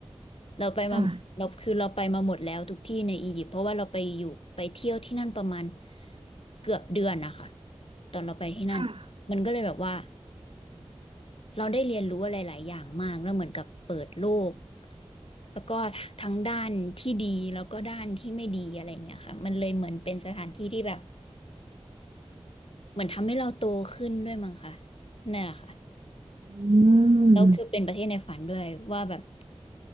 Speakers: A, on the left; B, on the right.
A: เราไปมาเราคือเราไปมาหมดแล้วทุกที่ในอียิปต์เพราะว่าเราไปอยู่ไปเที่ยวที่นั่นประมาณ
B: ค่ะ
A: เกือบเดือนนะคะตอนเราไปที่นั่นมันก็เลยแบบว่า
B: ค่ะ
A: เราได้เรียนรู้อะไรหลายอย่างมากแล้วเหมือนกับเปิดโลกแล้วก็ทั้งด้านที่ดีแล้วก็ด้านที่ไม่ดีอะไรเงี้ยค่ะมันเลยเหมือนเป็นสถานที่ที่แบบเหมือนทำให้เราโตขึ้นด้วยมั้งค่ะนั่นแหละค่ะ
B: อื
A: แล้วคือเป็นประเทศในฝันด้วยว่าแบบ
B: ม